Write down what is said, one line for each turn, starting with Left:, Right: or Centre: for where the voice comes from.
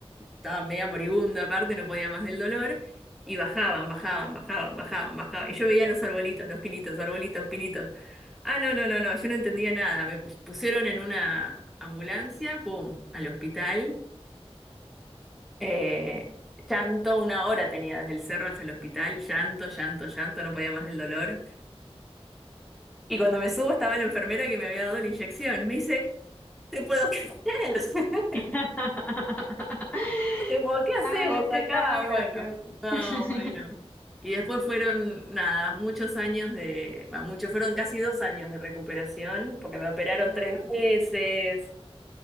Centre: estaba media moribunda aparte, no podía más del dolor, y bajaban, bajaban, bajaban, bajaban, bajaban. Y yo veía los arbolitos, los pinitos, arbolitos, pinitos. Ah, no, no, no, no, yo no entendía nada. Me pusieron en una ambulancia, pum, al hospital. Eh, llanto, una hora tenía desde el cerro hasta el hospital, llanto, llanto, llanto, no podía más del dolor. Y cuando me subo estaba la enfermera que me había dado la inyección. Me dice, ¿Te puedo creer? <laughs>
Left: <laughs>
Centre: ¿Te puedo qué hacemos
Left: Ay, es
Centre: acá?
Left: que está muy
Centre: Bueno,
Left: gracioso.
Centre: no,
Left: <laughs>
Centre: bueno. Y después fueron, nada, muchos años de, va, muchos, fueron casi dos años de recuperación, porque me operaron
Left: Uh.
Centre: tres veces.